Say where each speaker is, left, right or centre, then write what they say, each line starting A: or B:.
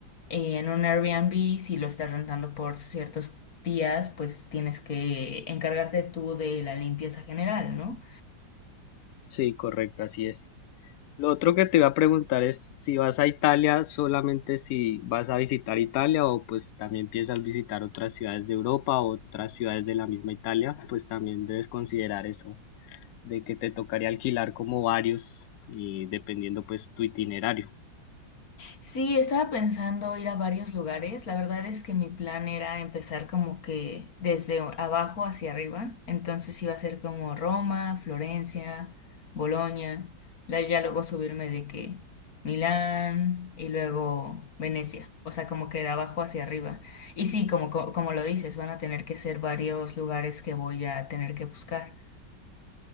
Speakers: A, on the left; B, on the left.
A: Y en un Airbnb, si lo estás rentando por ciertos días, pues tienes que encargarte tú de la limpieza general, ¿no?
B: sí, correcto, así es. Lo otro que te iba a preguntar es si vas a Italia solamente si vas a visitar Italia o pues también piensas visitar otras ciudades de Europa o otras ciudades de la misma Italia, pues también debes considerar eso, de que te tocaría alquilar como varios y dependiendo pues tu itinerario.
A: Sí, estaba pensando ir a varios lugares. La verdad es que mi plan era empezar como que desde o- abajo hacia arriba. Entonces iba a ser como Roma, Florencia, Bolonia. la- Ya luego subirme de que Milán y luego Venecia. O sea, como que de abajo hacia arriba. Y sí, como, co- como lo dices, van a tener que ser varios lugares que voy a tener que buscar.